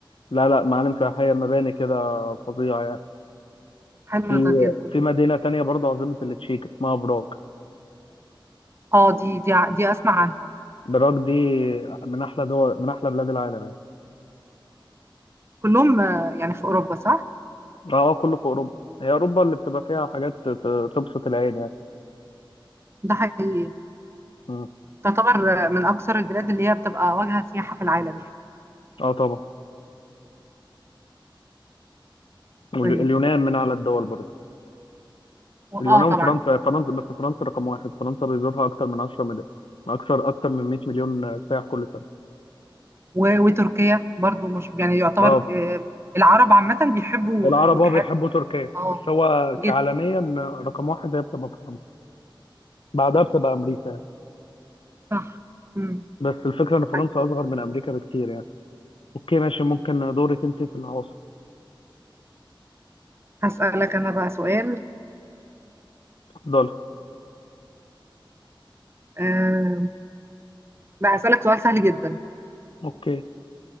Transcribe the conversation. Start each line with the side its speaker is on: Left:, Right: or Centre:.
Left: لا لا معالم سياحيه مباني كده فظيعه يعني
Right: حلو
Left: في
Right: ده جدا
Left: في مدينه تانية برضه عاصمه التشيك اسمها براغ
Right: اه دي دي ع- دي اسمع عنها
Left: براغ دي من احلى دول من احلى بلاد العالم يعني
Right: كلهم آه، يعني في اوروبا صح؟
Left: اه اه كله في اوروبا هي اوروبا اللي بتبقى فيها حاجات ت- ت- تبسط العين يعني
Right: ده حقيقي
Left: مم.
Right: تعتبر من أكثر البلاد اللي هي بتبقى واجهة سياحة في العالم يعني
Left: اه طبعا واليونان
Right: طيب
Left: من اعلى الدول برضه
Right: اه
Left: اليونان
Right: طبعا
Left: وفرنسا فرنسا بس فرنسا رقم واحد فرنسا بيزورها اكتر من 10 مليون اكثر اكتر من 100 مليون سائح كل سنه
Right: و- وتركيا برضو مش يعني يعتبر
Left: اه
Right: آه، العرب عامة بيحبوا
Left: العرب
Right: الوجهات
Left: اه بيحبوا تركيا
Right: اه
Left: بس هو
Right: جدا
Left: كعالميا رقم واحد هي بتبقى فرنسا بعدها بتبقى امريكا يعني.
Right: صح مم.
Left: بس الفكره ان فرنسا
Right: طيب
Left: اصغر من امريكا بكتير يعني اوكي ماشي ممكن دورك انت في العواصم
Right: هسألك أنا بقى سؤال
Left: اتفضلي
Right: آه، لا هسألك سؤال سهل جدا
Left: اوكي